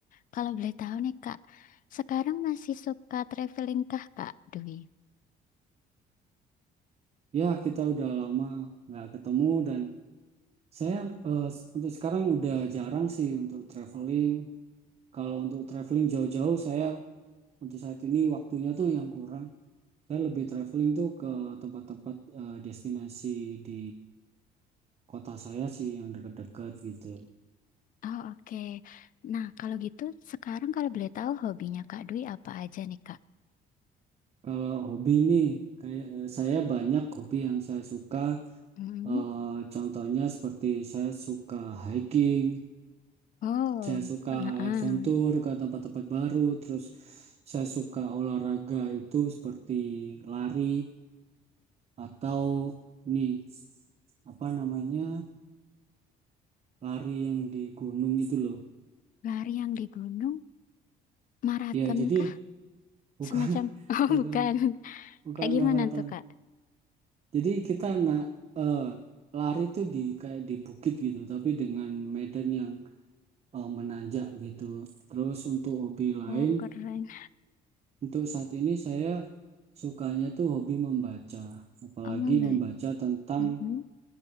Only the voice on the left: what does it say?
Kalau boleh tahu nih Kak, sekarang masih suka traveling kah Kak Dwi?
Oh oke. Nah kalau gitu sekarang kalau boleh tahu hobinya Kak Dwi apa aja nih Kak?
Hmm.
Oh,
heeh.
Lari yang di gunung, maraton
kah?
Semacam,
<laughs> oh
bukan.
Kayak gimana
tuh, Kak?
Oh, keren.
Oh, membantu.
Mm-mm.